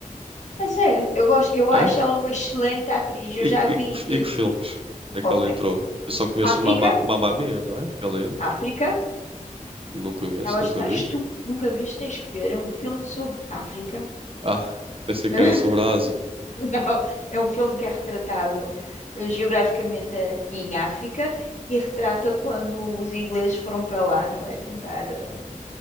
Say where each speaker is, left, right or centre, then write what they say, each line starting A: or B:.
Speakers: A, on the left; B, on the right.
A: Mas é, eu gosto, eu
B: É?
A: acho ela uma excelente atriz. Eu
B: E,
A: já
B: que-
A: vi.
B: e, que-
A: em-
B: e que filmes é
A: Ok.
B: que ela entrou? Eu só conheço
A: África,
B: o Mamma, Mamma Mia, não é? Que ela entra.
A: África,
B: Não conheço,
A: ela
B: nunca
A: está
B: vi.
A: estu... Nunca viste, tens que ver. É um filme sobre África.
B: Ah, pensei
A: <laughs>
B: que era sobre a Ásia.
A: Não, é um filme que é retratado eh, geograficamente eh, em África e retrata quando os ingleses foram para lá, não é? Tentar. eh,